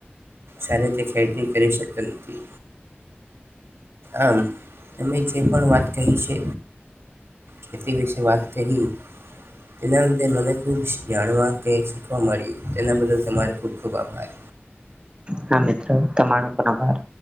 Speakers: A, on the right; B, on the right.
A: સારી રીતે ખેતી કરી શકતો નથી આમ અમે જે પણ વાત કહી છે ખેતી વિશે વાત કહી તેના લધે મને ખુબ જાણવા કે શીખવા મળ્યું તેના બદલ તમારે ખૂબ ખુબ આભાર
B: હા મિત્રો તમારો પણ આભાર